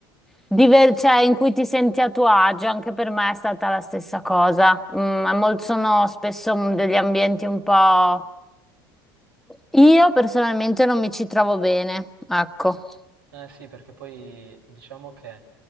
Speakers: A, in the centre; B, on the right.
A: diver- cioè, in cui ti senti a tuo agio, anche per me è stata la stessa cosa. Mm, a mol- sono spesso mm, degli ambienti un po'... Io personalmente non mi ci trovo bene, ecco.
B: Eh sì, perché poi diciamo che